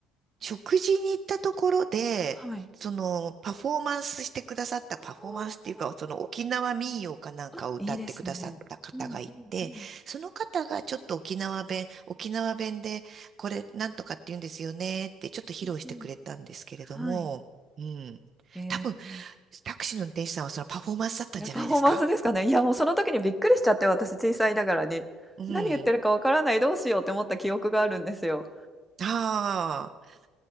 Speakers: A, on the right; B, in the centre.
A: 食事に行ったところで、
B: はい。
A: その、パフォーマンスしてくださった、パフォーマンスっていうか、
B: ああ。
A: その沖縄民謡かなんかを歌ってくださった方がいて、
B: あ、いいですね。うんうんうん。
A: その方がちょっと沖縄弁、沖縄弁で、これなんとかって言うんですよねって、ちょっと披露してくれたんですけれども、
B: うんうん。はい。
A: うん。
B: へえ。
A: 多分タクシーの運転手さんはそのパフォーマンスだったんじゃないですか
B: え、パフォーマンスですかね？いや、もうその時にびっくりしちゃって、私、小さいながらに。
A: うん。
B: 何言ってるかわからない、どうしようって思った記憶があるんですよ。
A: ああ、